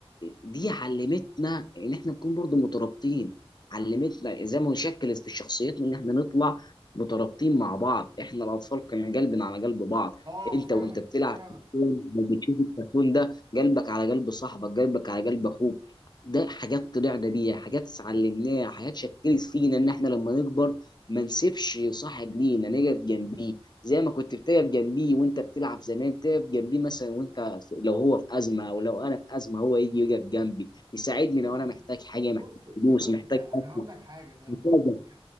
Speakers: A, on the left; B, on the right.
A: دي علمتنا ان احنا نكون برضو مترابطين علمتنا ازاي ما نشكل في شخصيتنا ان احنا نطلع مترابطين مع بعض احنا الاطفال كان قلبنا على قلب بعض
B: اه
A: انت
B: فعلا
A: وانت بتلعب
B: فعلا
A: في الكون وبتشوف الكرتون ده قلبك على قلب صاحبك قلبك على قلب اخوك ده حاجات طلعنا بيها حاجات اتعلمناها حاجات شكلت فينا ان احنا لما نكبر ما نسيبش صاحب لينا نقف جنبيه زي ما كنت بتقف جنبيه وانت بتلعب زمان تقف جنبيه مثلا وانت في- لو هو في ازمه او لو انا في ازمه هو يجي يقف جنبي يساعدني
B: ب-
A: لو
B: ب-
A: انا محتاج حاجه محتاج
B: بص كمان
A: فلوس محتاج
B: ك... انا
A: أكل،
B: هقول لك حاجه بقى
A: محتاج
B: برضو ك...